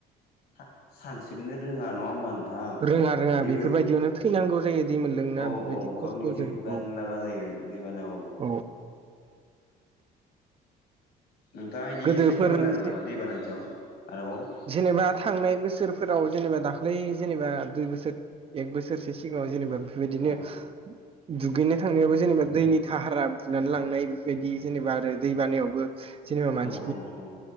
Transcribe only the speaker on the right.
रोङा रोङा
बेफोरबायदियावनो थैनांगौ जायो दै मोनलोंना
बेफोरबायदि
खस्थ'जों
औ
औ
गोदोफोर
एसे
जेनेबा थांनाय बोसोरफोराव जेनेबा दाख्लै जेनेबा दुइ बोसोर एक बोसोरसो सिगाङाव जेनेबा बेफोरबायदिनो
दुगैनो थांनायावबो जेनेबा दैनि थाहारा बुनानै लांनाय बेफोरबायदि जेनेबा आरो दै बानायावबो जेनेबा मान